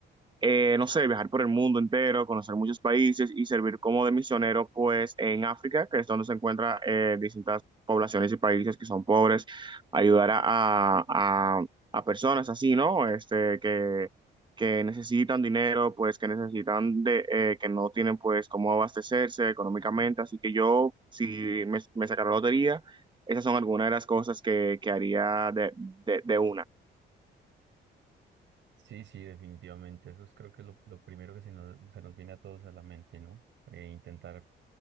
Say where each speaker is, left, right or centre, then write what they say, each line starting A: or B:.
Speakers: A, on the right; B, on the right.
A: eh, no sé, viajar por el mundo entero, conocer muchos países y servir como de misionero, pues en África, que es donde se encuentran distintas poblaciones y países que son pobres, ayudar a, a- a- a personas así, ¿no? Este, que, que necesitan dinero, pues que necesitan de, eh, que no tienen pues cómo abastecerse económicamente, así que yo, si me, me sacara la lotería, esas son algunas de las cosas que, que haría de, de, de una.
B: Sí, sí, definitivamente. Eso es creo que lo, lo primero que se nos, se nos viene a todos a la mente, ¿no? Eh, intentar